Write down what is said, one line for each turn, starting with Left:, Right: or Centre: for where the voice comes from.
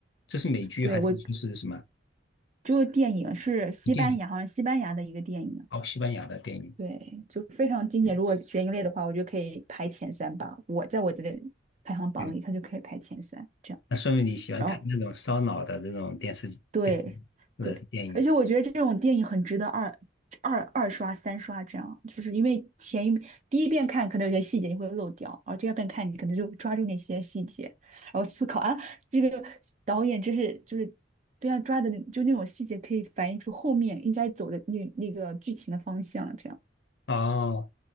Left: 这是美剧还是就是什么
Right: 对我就是电影是西班牙，
Left: 电影？
Right: 好像西班牙的一个电影。
Left: 哦，西班牙的电影。
Right: 对，就非常经典。
Left: 嗯，
Right: 如果悬疑类的话，我觉得可以排前三吧。我在我这个排行榜里，
Left: 对，
Right: 它就可以排前三这样。
Left: 那说明你喜欢看那种烧脑的这种电视电视剧或者是电影。
Right: 然后对对，而且我觉得这种电影很值得二二二刷、三刷这样，就是因为前一第一遍看可能有些细节你会漏掉，然后第二遍看你可能就抓住那些细节，然后思考啊，这个导演真是就是对啊抓的那就那种细节可以反映出后面应该走的那那个剧情的方向，这样
Left: 哦，